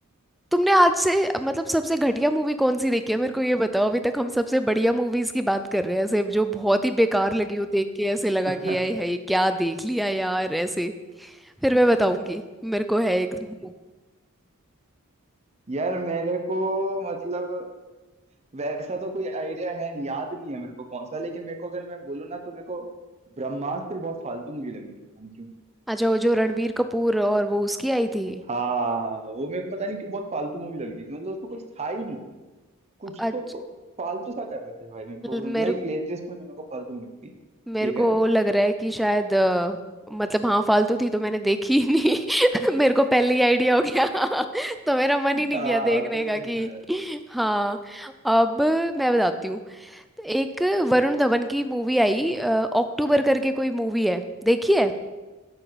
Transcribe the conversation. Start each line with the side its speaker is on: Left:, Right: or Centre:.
Centre: तुमने आज से मतलब सबसे घटिया मूवी कौन सी देखी है मेरे को ये बताओ अभी तक हम सबसे बढ़िया मूवीज की बात कर रहे हैं ऐसे जो बहुत ही बेकार लगी हो देख के ऐसे लगा
Right: <laughs>
Centre: कि यार
Right: अ,
Centre: ये क्या देख लिया यार ऐसे फिर मैं बताऊंगी मेरे को है एक हम्म।
Right: यार मेरे को मतलब वैसा तो कोई आइडिया है नहीं याद नहीं है मेरे को कौन सा लेकिन मेरे को अगर मैं बोलूँ ना तो मेरे को ब्रह्मास्त्र बहुत फालतू मूवी लगी थी पता नहीं क्यों
Centre: अच्छा वो जो रणबीर कपूर और वो उसकी आई थी
Right: हाँ वो मेरे को पता नहीं क्यों बहुत फालतू मूवी लगी थी मतलब उसमें कुछ था ही नहीं कुछ
Centre: अच्छा
Right: तो फालतू सा कर रहे थे भाई मेरे को
Centre: मेरे
Right: लाइक लेटेस्ट में जो मेरे को फालतू मिली थी
Centre: मेरे
Right: ये कह
Centre: को
Right: रहा हूँ
Centre: लग रहा है कि शायद अ, मतलब हाँ फालतू थी तो मैंने देखी ही नहीं <laughs> मेरे को पहले ही आइडिया हो गया <laughs> तो मेरा मन
Right: <laughs>
Centre: ही नहीं
Right: हाँ
Centre: किया देखने
Right: तो
Centre: का
Right: वही
Centre: कि
Right: है
Centre: हाँ अब मैं बताती हूँ एक वरुण धवन की मूवी आई अ, अक्टूबर करके कोई मूवी है देखी है